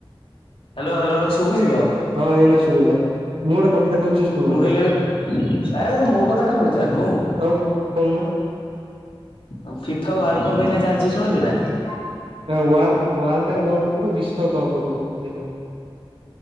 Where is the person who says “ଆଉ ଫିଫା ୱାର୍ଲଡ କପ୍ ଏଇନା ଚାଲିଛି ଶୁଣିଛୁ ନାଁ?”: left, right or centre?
Left